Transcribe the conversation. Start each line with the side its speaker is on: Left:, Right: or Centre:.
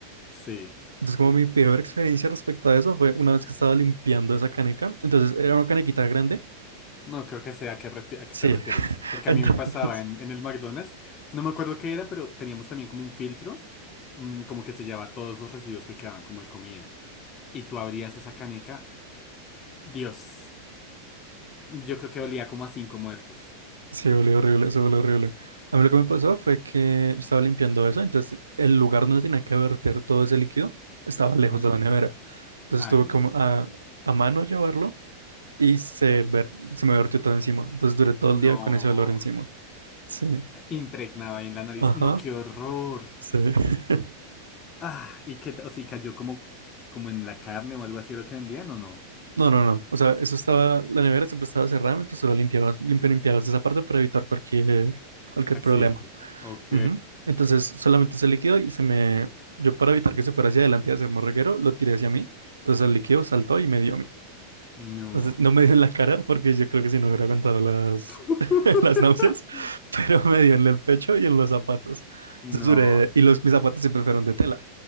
Left: sí.
Right: Entonces, como mi peor experiencia respecto a eso fue una vez que estaba limpiando esa caneca, entonces era una canequita grande.
Left: No creo que sea a qué, refi- a
Right: Sí,
Left: qué te refieres. Porque
Right: Entonces,
Left: a mí me pasaba en, en el McDonald's. No me acuerdo qué era, pero teníamos también como un filtro. mm, como que se llevaba todos los residuos que quedaban como de comida. Y tú abrías esa caneca. Dios. Yo creo que olía como a cinco muertos.
Right: <laughs> sí, volvió horrible, eso volvió horrible. A mí lo que me pasó fue que yo estaba limpiando eso, entonces el lugar donde tenía que verter todo ese líquido estaba
Left: Ujú.
Right: lejos de la nevera. Entonces
Left: Ay,
Right: tuve como
Left: no.
Right: a, a mano llevarlo y se, ver, se me vertió todo encima. Entonces duré todo
Left: No.
Right: el día con ese olor encima. Sí,
Left: Impregnaba ahí en la nariz.
Right: ajá,
Left: No, qué horror.
Right: sí. <laughs>
Left: Ah, y que, o sea, y cayó como, como en la carne o algo así lo que vendían, ¿o no?
Right: No, no, no. O sea, eso estaba, la nevera siempre estaba cerrada mientras tú la limpiabas, limpi- limpiabas esa parte para evitar cualquier, cualquier
Left: Accidente.
Right: problema.
Left: Ok.
Right: Ujú. Entonces solamente ese líquido y se me... Yo para evitar que se fuera hacia adelante y hacer morreguero, lo tiré hacia mí. Entonces el líquido saltó y me dio a mí.
Left: No.
Right: Entonces no me dio en la cara porque yo creo que si no hubiera aguantado las,
Left: <laughs>
Right: <laughs> las náuseas, pero me dio en el pecho y en los zapatos. Entonces
Left: No.
Right: duré- Y los, mis zapatos siempre fueron de tela.